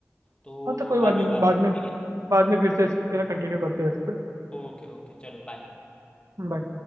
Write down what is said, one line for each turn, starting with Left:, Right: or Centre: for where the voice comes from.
Left: तो
Right: हाँ तो कोई
Left: बाद
Right: बात नहीं
Left: में बात
Right: बाद
Left: करते
Right: में
Left: हैं ठीक है
Right: बाद में फिर से कंटिन्यू करते हैं इस पर
Left: ओके ओके चलो बाय
Right: बाय